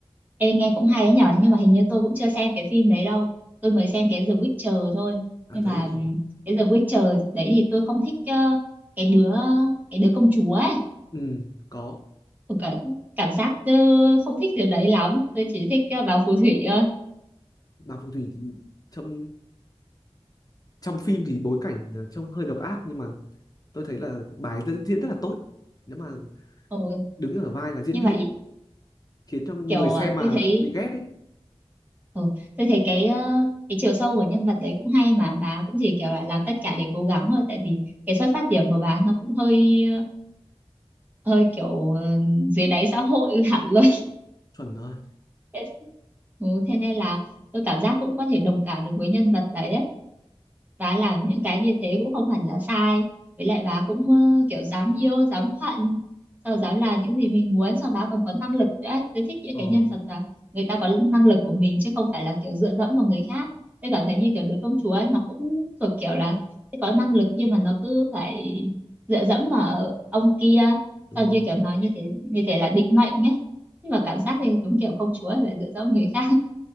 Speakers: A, on the right (about 15°); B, on the left (about 35°).
A: ê nghe cũng hay đấy nhở nhưng mà hình như tôi cũng chưa xem cái phim đấy đâu tôi mới xem cái The Witcher thôi
B: à
A: nhưng
B: giới
A: mà ừm,
B: trường
A: cái The Witcher đấy thì tôi không thích ờ, cái đứa cái đứa công chúa ấy
B: ừ, có
A: Tôi cả, cảm giác ờ, không thích đứa đấy lắm tôi chỉ thích ờ, bà phù thủy thôi
B: bà phù thủy thì trong trong phim thì bối cảnh là trông hơi độc ác nhưng mà tôi thấy là bài diễn diễn rất là tốt nếu mà
A: ừ.
B: đứng ở vai là diễn
A: nhưng
B: viên
A: mà ý-
B: khiến cho người
A: kiểu
B: xem
A: ờ,
B: mà
A: tôi thấy
B: bị ghét ấy
A: ừ, tôi thấy cái ờ, cái chiều sâu của nhân vật đấy cũng hay mà bà cũng chỉ kiểu là làm tất cả để cố gắng thôi tại vì cái xuất phát điểm của bà nó cũng hơi hơi kiểu ờ, dưới đáy xã hội <laughs> hẳn luôn
B: chuẩn rồi
A: thế, ừ, thế nên là tôi cảm giác cũng có thể đồng cảm được với nhân vật đấy ấy bà làm những cái như thế cũng không hẳn là sai với lại bà cũng ờ, kiểu dám yêu dám hận sau dám làm những gì mình muốn sau bà còn có năng lực nữa tôi thích những
B: ờ
A: cái nhân vật là người ta có năng lực của mình chứ không phải là kiểu dựa dẫm vào người khác tôi cảm thấy như kiểu đứa công chúa ấy, nó cũng thuộc kiểu là sẽ có năng lực nhưng mà nó cứ phải dựa dẫm vào ông kia
B: đúng
A: sau
B: rồi
A: như kiểu nói như thế như thế là định mệnh ấy nhưng mà cảm giác thì đúng kiểu công chúa phải dựa dẫm vào người khác